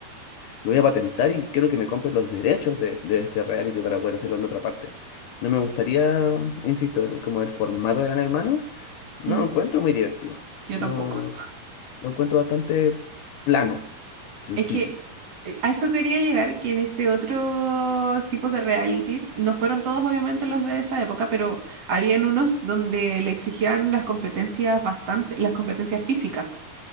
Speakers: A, on the left; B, on the right.
A: voy a patentar y quiero que me compren los derechos de, de este reality para poder hacerlo en otra parte. No me gustaría, insisto, el- como el formato de Gran Hermano, no
B: mm,
A: lo encuentro muy divertido.
B: Yo
A: No,
B: tampoco.
A: lo encuentro bastante plano, sencillo.
B: Es que eh, a eso quería llegar, que en este otro tipo de realities, no fueron todos obviamente los de esa época, pero habían unos donde le exigían las competencias bastante, las competencias físicas.